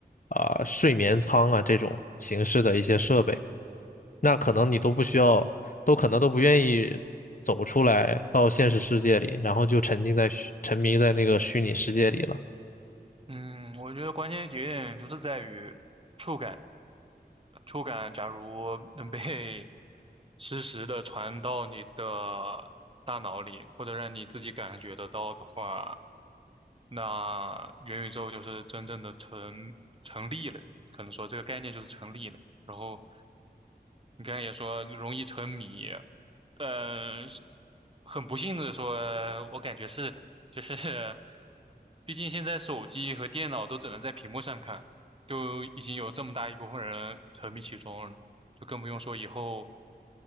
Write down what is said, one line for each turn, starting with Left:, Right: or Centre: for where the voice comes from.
Left: 啊、睡眠舱啊这种形式的一些设备。那可能你都不需要，都可能都不愿意走出来到现实世界里，然后就沉浸在虚沉迷在那个虚拟世界里了。
Right: 嗯，我觉得关键节点就是在于触感，触感假如能被 <laughs> 实时的传到你的大脑里，或者让你自己感觉得到的话。那元宇宙就是真正的成成立了，可能说这个概念就是成立了。然后你刚才也说容易沉迷，呃，是很不幸的说，我感觉是的，就是 <laughs> 毕竟现在手机和电脑都只能在屏幕上看，就已经有这么大一部分人沉迷其中了，就更不用说以后